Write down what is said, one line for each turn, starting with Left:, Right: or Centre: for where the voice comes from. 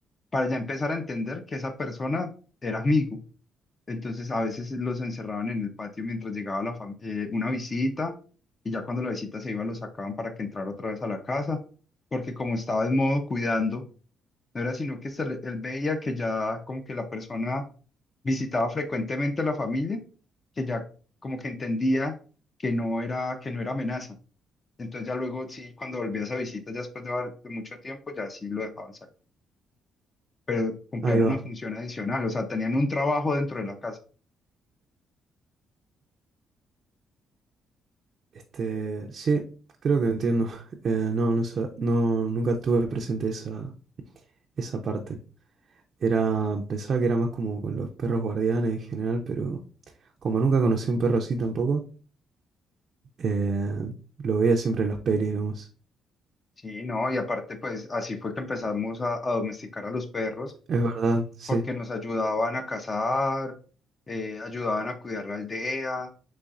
Left: para ya empezar a entender que esa persona era amigo. Entonces a veces los encerraban en el patio mientras llegaba la fam- eh, una visita y ya cuando la visita se iba los sacaban para que entrara otra vez a la casa, porque como estaba en modo cuidando, no era sino que se le- él veía que ya como que la persona visitaba frecuentemente a la familia, que ya como que entendía que no era, que no era amenaza. Entonces ya luego sí, cuando volvía esa visita, ya después de, var- de mucho tiempo, ya sí lo dejaban salir, pero cumplían
Right: Ahí va.
Left: una función adicional, o sea, tenían un trabajo dentro de la casa.
Right: Este, sí, creo que entiendo. <laughs> Eh, no, no, sa- no, nunca tuve presente esa, esa parte. Era, pensaba que era más como con los perros guardianes en general, pero como nunca conocí un perro así tampoco, eh, lo veía siempre en las pelis nomás.
Left: Sí, no, y aparte, pues así fue que empezamos a, a domesticar a los perros,
Right: Es verdad, sí.
Left: porque nos ayudaban a cazar, eh, ayudaban a cuidar la aldea,